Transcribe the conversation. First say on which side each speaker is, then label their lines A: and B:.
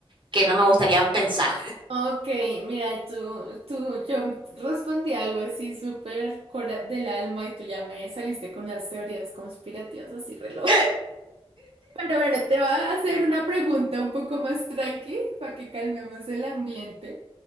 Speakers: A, on the right (about 50°); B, on the right (about 70°).
A: que no me gustaría pensar.
B: Ok, mira, tú, tú, yo respondí algo así súper cora- del alma y tú ya me saliste con unas teorías conspirativas así reloj.
A: <laughs>
B: Pero bueno, te voy a hacer una pregunta un poco más tranqui para que calmemos el ambiente.